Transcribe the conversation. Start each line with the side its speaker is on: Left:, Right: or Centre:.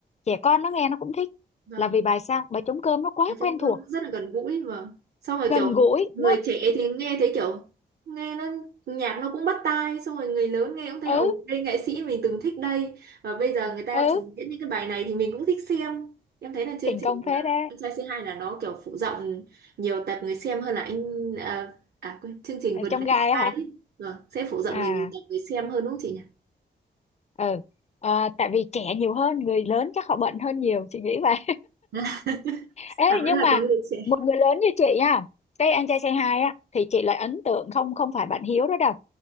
Left: trẻ con nó nghe nó cũng thích
Right: vâng.
Left: là vì bài sao bài trống cơm nó quá
Right: Bài trống
Left: quen thuộc
Right: cơm nó rất là gần gũi và xong rồi
Left: gần
Right: kiểu
Left: gũi
Right: người
Left: nó
Right: trẻ thì nghe thấy kiểu nghe nó nhạc nó cũng bắt tai xong rồi người lớn nghe cũng thấy
Left: ừ
Right: ồ đây nghệ sĩ mình từng thích đây và bây giờ người ta
Left: ừ
Right: trình diễn những cái bài này thì mình cũng thích xem em thấy là chương
Left: thành
Right: trình
Left: công phết
Right: à,
Left: đấy
Right: anh trai C2 là nó kiểu phụ rộng nhiều tập người xem hơn là anh à, à quên chương trình
Left: Ở
Right: vườn
Left: trong
Right: nắng
Left: gai
Right: tương
Left: á
Right: lai
Left: hả
Right: ấy. Vâng, sẽ phụ rộng
Left: à
Right: được nhiều tập người xem hơn đúng không chị nhỉ
Left: ừ Ờ, tại vì trẻ nhiều hơn người lớn chắc họ bận hơn nhiều chị nghĩ vậy
Right: <laughs>
Left: Ê,
Right: à, vẫn
Left: nhưng
Right: là
Left: mà
Right: có người trẻ
Left: một người lớn như chị á cái anh trai say hi á thì chị lại ấn tượng không không phải bạn Hiếu đó đâu